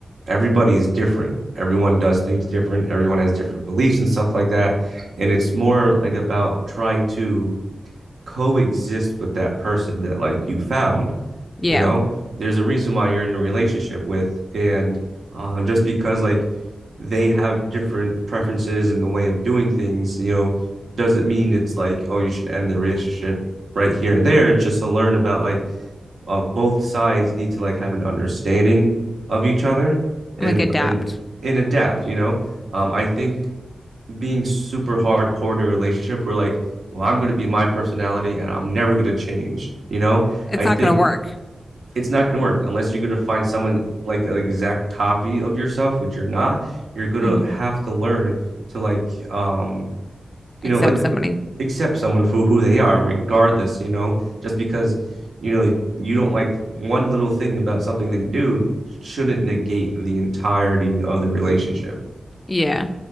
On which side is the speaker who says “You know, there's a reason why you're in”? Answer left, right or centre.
Right